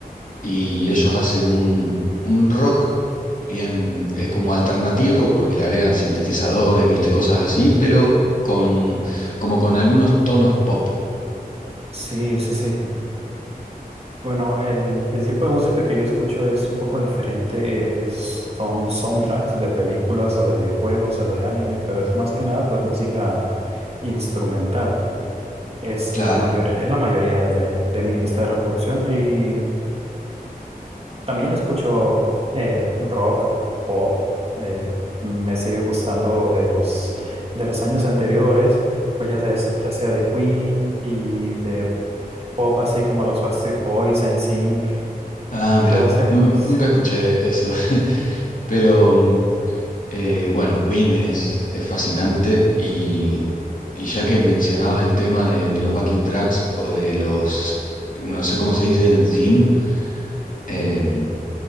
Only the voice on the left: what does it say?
y ellos hacen un, un rock bien, es como alternativo porque le agregan sintetizadores, viste, cosas así, pero con, como con algunos tonos pop,
claro.
Ah, mirá,
nu-
nunca
escuché eso, <laughs> pero mm, eh, bueno, Queen es, es fascinante y, y ya que mencionabas el tema de, de los backing tracks o de los, no sé cómo se dice en theme, em,